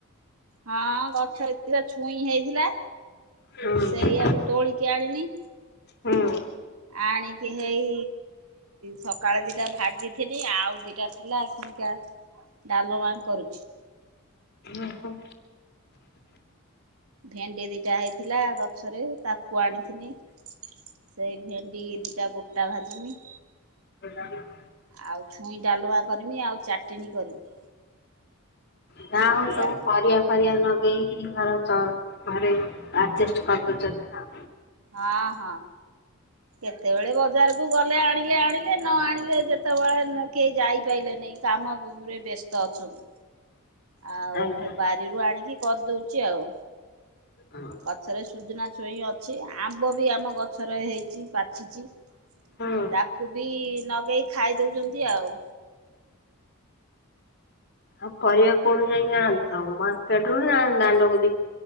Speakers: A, on the right; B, on the left.
A: ହଁ ଗଛରେ ଦି ଟା ଛୁଇଁ ହେଇଥିଲା
B: ହୁଁ
A: ସେ ଇୟଆକୁ ତୋଳିକି ଆଣିନି।
B: ହଁ।
A: ଆଣିକି ହେଇ ସକାଳେ ଦିଟା ଭାଜିଜିଥିଲି ଆଉ ଦିଇଟା ଥିଲା। ଅହିକା ଡାଲମା କରୁଛି।
B: ଓହୋ।
A: ଭେଣ୍ଡି ଦିଟା ହେଇଥିଲା ଗଛରେ ତାକୁ ଆଣିଥିନି। ସେଇ ଭେଣ୍ଡି ଦିଟା ଗୋଟା ଭାଜିମି।
B: <unintelligible>
A: ଆଉ ଛୁଇଁ ଡାଲମା କରିମି ଆଉ ଚାଟିଣି କରିମି।
B: ନା ହଉ
A: ଏଇଆ
B: ସବୁ ପରିବା ଫିରିବା ଲଗେଇକି ଘର ତ ଘରେ ଆଡଜଷ୍ଟ କରିଦଉଛନ୍ତି। ଆଉ
A: ହଁ ହଁ।
B: <inaudible>
A: କେତେବେଳେ ବଜାରକୁ ଗଲେ ଆଣିଲେ ଆଣିଲେ ନ ଆଣିଲେ ଯେତେବେଳେ କେହି ଯାଇପାହିଲେ ନାହିଁ। କାମ ଭୁମିରେ ବ୍ୟସ୍ତ ଅଛନ୍ତି।
B: <inaudible>
A: ଆଉ
B: ଆଜ୍ଞା
A: ବାରିରୁ ଆଣିକି କରିଦଉଛି ଆଉ।
B: ହଜ <inaudible>
A: ଗଛରେ ସୁଜନା ଛୁଇଁ ଅଛି ଆମ୍ବ ବି ଆମ ଗଛରେ ହେଇଛି ପାଛିଛି।
B: ହୁଁ
A: ତାକୁ ବି ନଗାଇ ଖାଇ ଦେଉଛନ୍ତି ଆଉ।
B: ଆଉ ପରିବା କୋଉଠୁ ଯାଇଁ ପେଟରୁ ଦାଣ୍ଡ କୋଧିକି?